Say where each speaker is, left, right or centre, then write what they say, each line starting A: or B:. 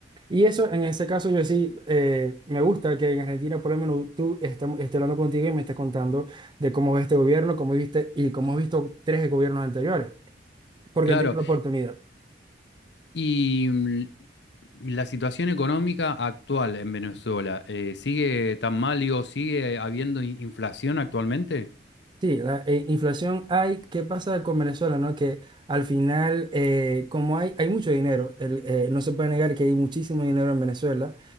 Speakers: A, on the right; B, on the left.
A: Y eso, en ese caso, yo sí, eh, me gusta que en Argentina, por lo menos, tú estamos, esté hablando contigo y me estés contando de cómo ves este gobierno, cómo viste y cómo has visto tres gobiernos anteriores, porque
B: Claro.
A: han tenido la oportunidad.
B: Y mm, la situación económica actual en Venezuela, eh, ¿sigue tan mal, digo, sigue habiendo in- inflación actualmente?
A: Sí, la eh, inflación hay. ¿Qué pasa con Venezuela, no? Que al final, eh, como hay, hay mucho dinero, el- eh, no se puede negar que hay muchísimo dinero en Venezuela.